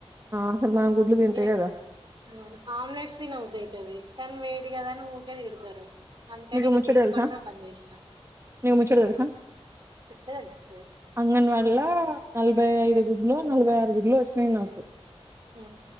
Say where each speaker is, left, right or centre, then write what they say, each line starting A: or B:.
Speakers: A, on the right (about 25°); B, on the right (about 50°).
A: అసలు మనం గుడ్లు తింటే
B: ఎక్
A: కదా
B: ఉ ఆమ్లెట్స్ తినవుదైతది కన్వే దిగదని ఊకె తిడతారు అందుకని
A: నీకో
B: ఇంక
A: ముచ్చట
B: తీసుకోవడమే
A: దెల్స
B: బంద్ చేసిన
A: నీకో ముచ్చట దెల్స
B: చెప్తే తెలుస్తది
A: అంగన్వాడలా నల్బ్ భై ఐదు గుడ్లో నలభై ఆరు గుడ్లో వష్ణయ్ నాకు
B: ఆ